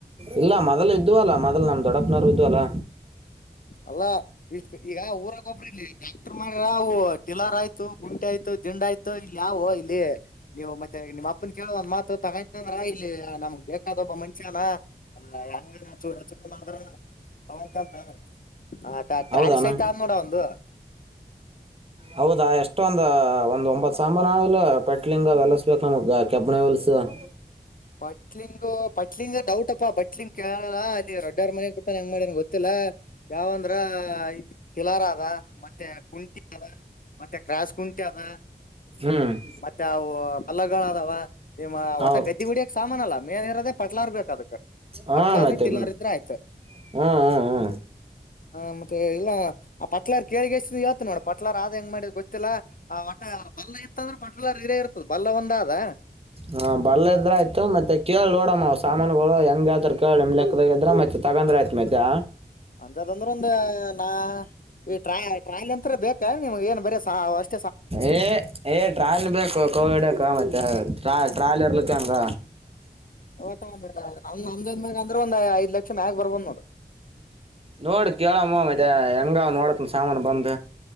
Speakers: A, on the right (about 35°); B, on the left (about 55°).
A: ಇಲ್ಲ ಮೊದಲ್ ಇದು ಅಲ್ಲಾ ಮೊದಲ್ ನಮ್ ದೊಡ್ಡಪ್ಪನವ್ ಇದು ಅಲ್ಲ
B: ಅಲ್ಲ ಇಷ್ಟ ಈಗ ಊರಾಗ ಒಬ್ರಿಲ್ಲಿ ಟ್ರ್ಯಾಕ್ಟರ್ ಮಾಡ್ರ ಅವು ಟಿಲರ್ ಆಯ್ತು ಗಂಟೆ ಆಯ್ತು ದಿಂಡ ಆಯ್ತು ಇಲ್ಲಿ ಯಾವು ಇಲ್ಲಿ ನೀವು ಮತ್ತೆ ನಿಮ್ಮ ಅಪ್ಪನ್ ಕೇಳ ಒಂದ್ ಮಾತು ತಗೊಂತ ಅಂದ್ರ ಇಲ್ಲಿ ನಮ್ ಬೇಕಾದ ಒಬ್ಬ ಮನ್ಷ್ಯನಾ ಹೆಂಗನ ಚೂಡ ಚೂಡ ಮಾಡ್ರ ತಯ್ತಂತ ಆ ಟ್ರಾವಲ್ಸ್
A: ಹೌದಾನ
B: ಆಐ್ತ ನೋಡ ಒಂದು
A: ಹೌದಾ ಎಷ್ಟೊ ಒಂದ್ ಒಂದ್ ಒಂಬತ್ ಸಾಂಬಾನು ಆಲ್ಲ ಪೆಟ್ಲಿಂಗ್ ಎಲಸ್ಬೇಕಕ್ ನಮಗ್ ಕೆಬ್ಬಣಿಲ್ಸ ಸ
B: ಪಟ್ಲಿಂಗ ಪಟ್ಲಿಂಗ ಡೌಟ್ಪ್ಪ ಬಟ್ಲಿಂಗ ಕೇಳಲ್ಲ ಅಲ್ಲಿ ರೊಡ್ಡರ್ ಮನೆ ಹೆಂಗ ಮಾಡಂ ಗೊತ್ತಿಲ್ಲಾ ಯಾವಂದ್ರ ಟಿಲಾರ ಅದ ಮತ್ತೆ ಕುಂಟಿ ಅದ ಮತ್ತೆ ಕ್ರಸ್ ಕುಂಟಿ ಅದ
A: ಹ್ಞೂ
B: ಮತ್ತೆ ಅವು ಬಲ್ಲಗಳ ಅದಾವ ನಿಮ್ಮ
A: ಹೌದು
B: ಒಟ ಗದ್ದಿ ಹಿಡಿತಕ್ಕೆ ಸಾಮಾನ ಅಲ್ಲ ಮೇಲೆ ಇರದ ಪಟ್ಲಾರ್ ಬೇಕು ಅದು
A: ಹಾ
B: ಪಟ್ಲಾರ
A: ಮತ್ತೆ
B: ಟಿಲಾರ
A: ಹ್ಮ್
B: ಇದ್ರೆ ಆಯ್ತ
A: ಹ್ಮ್ ಹ್ಮ್
B: ಹ ಮತ್ತೆ ಇಲ್ಲ ಆ ಪಟ್ಲಾರ್ ಕೇಳಗೆ ಎಷ್ಟವತ್ ನೋಡ ಪಟ್ಲಾರ್ ಆದ್ ಹೆಂಗ ಮಾಡಿದ್ ಗೊತ್ತಿಲ್ಲ ಆ ಒಟ ಬಲ್ಲ ಇತ್ತ ಅಂದ್ರೆ ಬಟಲ ಹೀರೇ ಇರ್ತದ ಬಲ್ಲ ಒಂದ ಆದ
A: ಹ ಬರ್ಲ ಇದ್ರ ಆಯ್ತು ಮತ್ತೆ ಕೇಳಿ ನೋಡಮ್ಮ ಸಾಮಾನುಗಳು ಹೆಂಗತ್ರ ಕೇಳ ನಿಮ್ ಲೆಕ್ಕದಾಗಿದ್ರ ಮತ್ತೆ ತಗಂದ್ರ ಆಯತು ಮತ್ಯಾ
B: ಅಂತದಂದ್ರ ಒಂದ ನಾ ಈ ಟ್ರಾ ಟ್ರಾಲಿ ಅಂತ ಬೇಕ ನಿಮ್ಗೆ ಏನ್ ಬರ ಸಾ ಅಷ್ಟ
A: ಏ ಏ ಟ್ರಾಲಿ ಬೇಕು ಕೋವಿಡ್ಕ್ಕ ಮತ್ತೆಾ ಟ್ರಾಲ ಇರ್ಲಿಕ್ಕ ಹಂಗ
B: ಒ ನಮ ನಮ್ದ್ಯಾಗ ಅಂದ್ರೆ ಒಂದ್ ಐದ್ ಲಕ್ಷ ಮ್ಯಾಗ ಬರ್ಬೋದ್ ನೋಡು
A: ನೋಡ ಕೇಳಮ್ಮ ಮತ್ತ ಹೆಂಗ ನೋಡತ್ನ ಸಾಮಾನು ಬಂದ